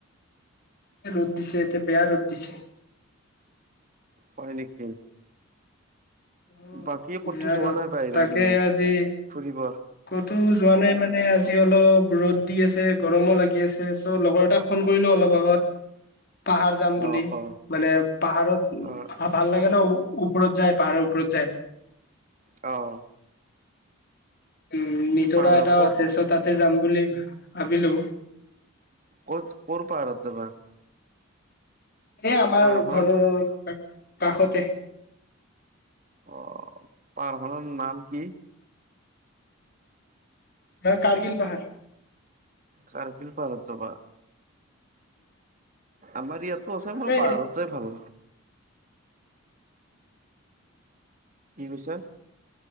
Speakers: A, on the left; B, on the right.
A: এ ৰ'দ দিছে এতিয়া বেয়া ৰ'দ দিছে।
B: হয় নেকি?
A: উম,
B: বাকী ক'তো
A: বেয়া
B: যোৱা
A: ৰ'দ
B: নাই বাহিৰৰ
A: তাকে
B: পিনে
A: আজি
B: ফুৰিব?
A: ক'তো যোৱা নাই মানে আজি অলপ ৰ'দ দি আছে গৰমো লাগি আছে চ' লগৰ এটাক ফোন কৰিলোঁ অলপ আগত।
B: <inaudible>
A: পাহাৰ যাম বুলি
B: অ' অ'
A: মানে পাহাৰত
B: অ'
A: ভাল লাগে ন' ওপৰত যায় পাহাৰৰ ওপৰত যায়।
B: অ',
A: উম, নিজৰা
B: পাহাৰ
A: এটাও
B: ক'ত
A: আছে চ' তাতে যাম বুলি ভাবিলোঁ।
B: ক'ত? ক'ৰপাহাৰত যাবা?
A: এ আমাৰ
B: পাহাৰখনৰ
A: ঘৰৰ কাষতে।
B: অ, পাহাৰ খনৰ নাম কি?
A: দা কাৰগিল পাহাৰ।
B: কাৰগিল পাহাৰত যাবা? আমাৰ ইয়াতো আছে
A: তাকে
B: মই পাহাৰত যাই ভাল কি কৈছে?